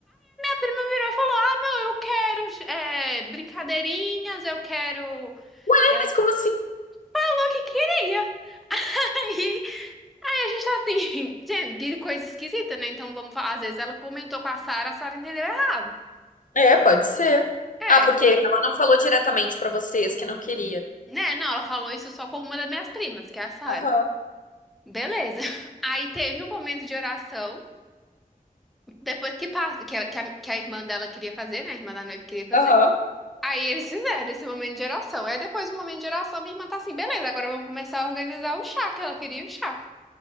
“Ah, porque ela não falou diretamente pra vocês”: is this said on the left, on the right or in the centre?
Left